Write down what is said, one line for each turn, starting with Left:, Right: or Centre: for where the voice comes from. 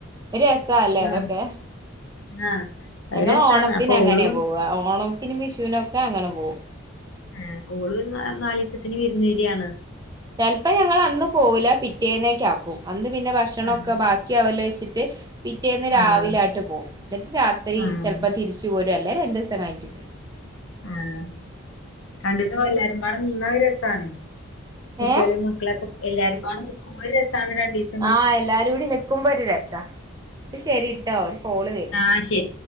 Right: ഒരു രസാല്ലേ
Left: ആഹ്
Right: അതൊക്കെ
Left: ആഹ് അത്
Right: ഞങ്ങള്
Left: രസാണ്
Right: ഓണത്തിന്
Left: അപ്പൊ
Right: അങ്ങനെ
Left: ഓളും
Right: പോവ ഓണത്തിനും വിഷുനൊക്കെ അങ്ങനെ പോകും
Left: ഉം ഓള് നാലീസത്തിന് വിർന്ന് വെരാണ്
Right: ചെൽപ്പോ ഞങ്ങള് അന്ന് പോകൂല പിറ്റേന്നേകാക്കും അന്ന് പിന്നെ ഭക്ഷണ
Left: ആഹ്
Right: ഒക്കെ ബാക്കി ആവേലേച്ചിട്ട് പിറ്റേന്ന് രാവിലെ
Left: ആഹ്
Right: ആട്ട് പോവും ന്നട്ട് രാത്രി
Left: ആഹ്
Right: ചെൽപ്പോ തിരിച്ചു പോരും അല്ലേ രണ്ടീസം കഴിഞ്ഞിട്ട് പോ <unintelligible>
Left: ആഹ് രണ്ടീസം പോല്ലാരുംപാടെ നിന്ന ഒരു രസാണ് കുട്ടിയാളീം
Right: ഏഹ്
Left: മക്കളക്കെ എല്ലാരുംപാടെ നിക്കുമ്പോ ഒരു രസാണ് രണ്ടീസ്
Right: ആഹ് എല്ലാരൂടി നിക്കുമ്പോ ഒരു രസാ ഒരു കോൾ ശരിട്ടോ ഒരു കോള് വെര്ണ്ട്
Left: ആഹ് ശരി